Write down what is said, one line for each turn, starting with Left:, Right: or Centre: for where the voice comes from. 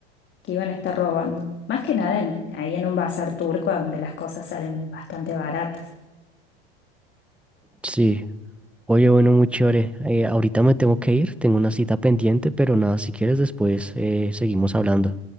Left: que iban a estar robando. Más que nada en- ahí en un bazar turco donde las cosas salen bastante baratas.
Centre: Sí, oye, bueno, muy chévere. eh, ahorita me tengo que ir, tengo una cita pendiente, pero nada, si quieres después eh, seguimos hablando.